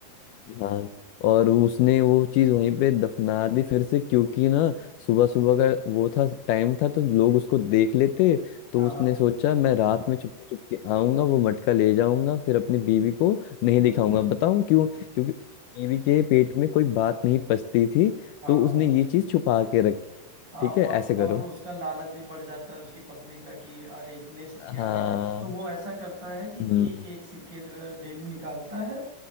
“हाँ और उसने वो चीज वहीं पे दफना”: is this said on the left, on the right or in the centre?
Left